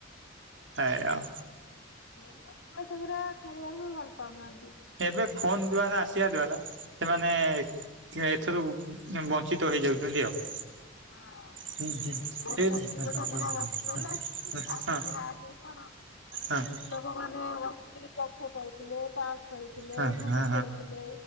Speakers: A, on the right; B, on the left.
A: ହେ ଆଉ।
B: ଏଇଆ ଛୁଆ ସେଉରା ଖାଆବାକୁ ଭଲ ପାଉନାହାଁନ୍ତି।
A: ଏବେ ଫୋନ୍ ଦ୍ଵାରା ଆସିବା ଦ୍ଵାରା ସେମାନେ ଏଥରୁ ବଞ୍ଚିତ ହେଇଯାଉଚନ୍ତି ଆଉ।
B: ହଁ
A: ହୁଁ ହୁଁ
B: ସେଇ ଫୋନ
A: ଏ
B: ଧରିକି
A: ହଁ
B: ଗୋଟାଏ
A: ହଁ
B: ଦିଇଟା
A: ହଁ
B: ବସିଗଲେ।
A: ହଁ
B: ତା
A: ହଁ
B: ସାଙ୍ଗରେ ଆଦେଇ କଣ, ସବୁ
A: ହଁ
B: ସ୍ତ୍ରୀ ଲୋକ ମାନେ ବସିକିରି ରହୁଥିଲେ ତାସ ଖେଳୁଥିଲେ
A: ହଁ
B: ଲୁଡୁ
A: ହଁ
B: ଖେଳୁଥିଲେ,